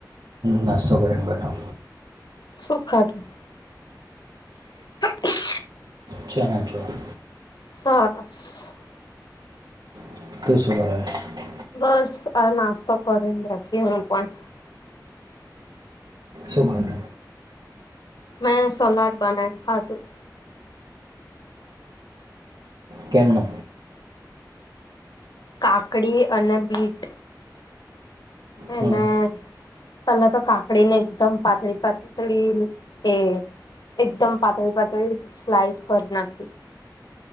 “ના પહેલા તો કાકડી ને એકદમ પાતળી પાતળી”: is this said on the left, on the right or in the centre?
Left